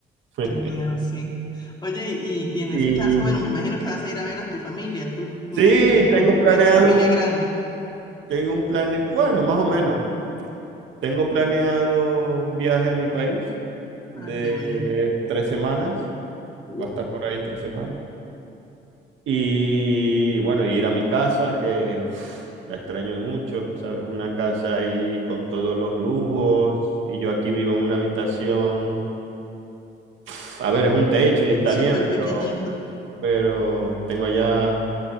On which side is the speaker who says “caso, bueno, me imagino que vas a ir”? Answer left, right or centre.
Left